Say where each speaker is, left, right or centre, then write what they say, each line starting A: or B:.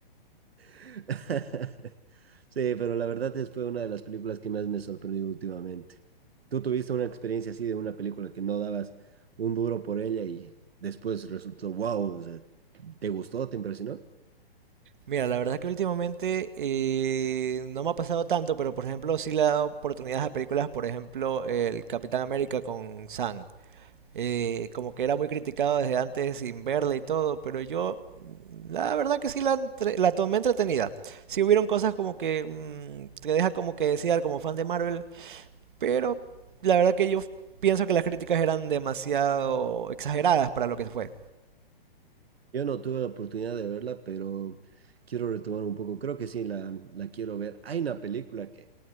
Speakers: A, on the right (about 80°); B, on the right (about 55°).
A: <laughs> Sí, pero la verdad es fue una de las películas que más me sorprendió últimamente. Tú tuviste una experiencia así de una película que no dabas un duro por ella y después resultó, wow, o sea, ¿te gustó? ¿Te impresionó?
B: Mira, la verdad que últimamente eh, no me ha pasado tanto, pero por ejemplo sí le he dado oportunidades a películas, por ejemplo el Capitán América con Sam. Eh, como que era muy criticado desde antes sin verla y todo, pero yo la verdad que sí la, entre- la tomé entretenida. Sí hubieron cosas como que mm, te deja como que desear como fan de Marvel, Pero la verdad que yo pienso que las críticas eran demasiado exageradas para lo que fue.
A: Yo no tuve la oportunidad de verla, pero quiero retomar un poco. Creo que sí, la, la quiero ver. Hay una película que